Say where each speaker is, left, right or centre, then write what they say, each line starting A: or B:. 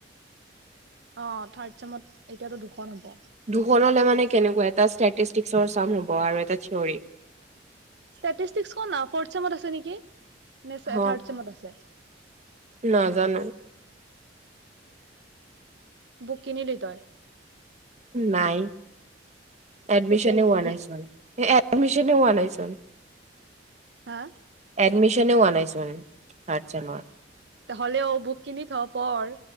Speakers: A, on the right; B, on the right.
A: অ থাৰ্ড চমত এতিয়াতো দুখন হ'ব।
B: দুখনলৈ মানে কেনেকুৱা এটা ষ্টেটিষ্টিকৰ চাম হ'ব আৰু এটা থিয়ৰী।
A: ষ্টেটিষ্টিকখন ফৰ্থ চেমত আছে নেকি নে
B: হ
A: থাৰড চেমত আছে।
B: নাজানো।
A: বুক কিনিলি তই।
B: নাই, এডমিশনে
A: কেতিয়া কিনিবি
B: হোৱা নাই চোন এ। এডমিশনে হোৱা নাই চোন।
A: হা।
B: এডমিশনেও হোৱা নাইচোন থাৰ্ড চেমত,।
A: হ'লেও বুক কিনি থ পঢ়